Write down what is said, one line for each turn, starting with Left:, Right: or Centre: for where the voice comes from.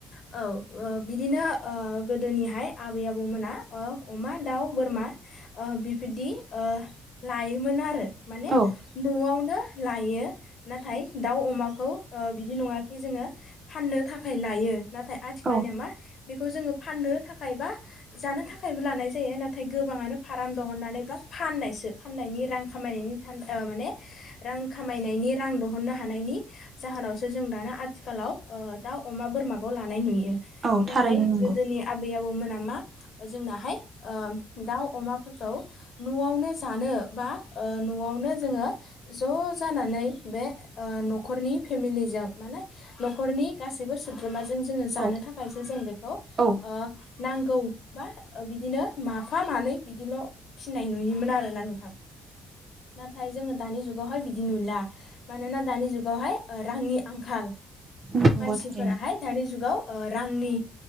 Left: औ ओ बिदिनो ओ गोदोनिहाय आबै-आबौमोना ओ अमा, दाउ, बोरमा ओ बिबायदि ओ ओ लायोमोन आरो माने
Right: औ
Left: न'आवनो लायो नाथाय दाउ, अमाखौ बिदि नङा खि जोङो फाननो थाखाय लायो नाथाय आथिखालनिया
Right: औ
Left: मा खौ जोङो फाननो थाखाय बा जानो थाखायबो लानाय जायो नाथाय गोबाङानो फार्म दंहनानै बा फाननायसो फाननायनि रां खामायनायनि माने रां खामायनायनि रां दिहुननो हानायनि जाहोनावसो जों दाना आथिखालाव ओ दाउ, अमा, बोरमाखौ लानाय नुयो।
Right: औ
Left: नाथाय
Right: थारैनो नंगौ
Left: गोदोनि आबै- आबौ मोना मा जोंनाहाय ओ दाउ, अमाफोरखौ न'आवनो जानो बा ओ न'आवनो जोङो ज' जानानै बे ओ न'खरनि फेमिलिजों माने न'खरनि गासैबो सोद्रोम जों जोङो जानो
Right: औ
Left: थाखायसो जों बेखौ
Right: औ
Left: ओ नांगौ बा बिदिनो माफा मानै बिदिल' फिनाय नुयोमोन आरो नोंथां ना नाथाय जोङो दानि जुगावहाय बिदि नुला मानोना दानि जुगावहाय रांनि आंखाल
Right: नंगौ
Left: मानसिफोराहाय
Right: थारैनो
Left: दानि जुगाव ओ रांनि